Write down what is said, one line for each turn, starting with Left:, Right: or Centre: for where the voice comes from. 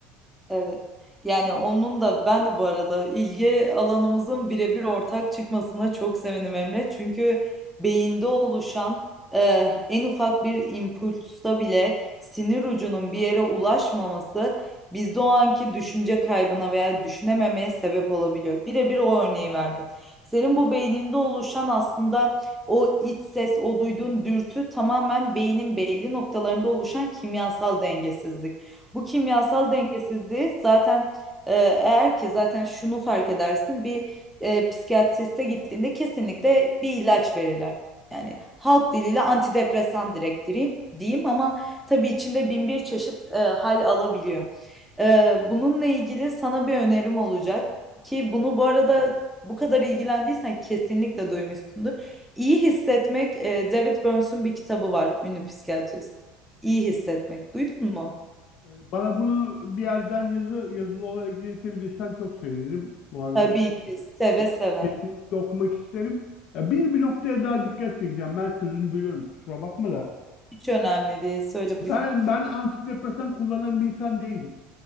Centre: Evet. Yani onun da ben de bu arada ilgi alanımızın birebir ortak çıkmasına çok sevindim Emre. Çünkü beyinde oluşan eh, en ufak bir impulsta bile sinir ucunun bir yere ulaşmaması bizde o anki düşünce kaybına veya düşünememeye sebep olabiliyor. Birebir o örneği verdin. Senin bu beyninde oluşan aslında o iç ses, o duyduğun dürtü tamamen beynin belli noktalarında oluşan kimyasal dengesizlik. Bu kimyasal dengesizliği zaten e, eğer ki zaten şunu fark edersin bir e, psikiyatriste gittiğinde kesinlikle bir ilaç verirler. Yani halk diliyle antidepresan direkt diri- diyeyim ama tabii içinde bin bir çeşit e, hal alabiliyor. E, bununla ilgili sana bir önerim olacak ki bunu bu arada bu kadar ilgilendiysen kesinlikle duymuşsundur. İyi Hissetmek, e, David Burns'un bir kitabı var, ünlü psikiyatrist. İyi Hissetmek. Duydun mu?
Left: Ee, Bana bunu bir yerden yazı yazılı olarak iletebilirsen çok sevinirim. Bu arada
Centre: Tabii ki seve seve.
Left: kesinlikle okumak isterim. Ya bir bir noktaya daha dikkat çekeceğim. Ben sözünü bölüyorum kusura bakma da.
Centre: Hiç önemli değil. Söyle buyur.
Left: Ben ben antidepresan kullanan bir insan değilim.